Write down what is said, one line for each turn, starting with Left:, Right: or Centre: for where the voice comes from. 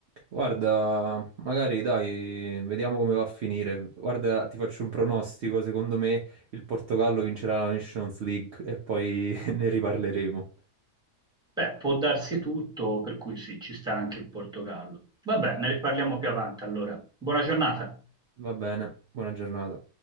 Right: Guarda, magari dai, vediamo come va a finire. Guarda, ti faccio un pronostico. Secondo me il Portogallo vincerà la Nations League e poi <laughs> ne riparleremo.
Centre: Beh, può darsi tutto, per cui sì, ci sta anche il Portogallo. Vabbè, ne riparliamo più avanti allora. Buona giornata.
Right: Va bene, buona giornata.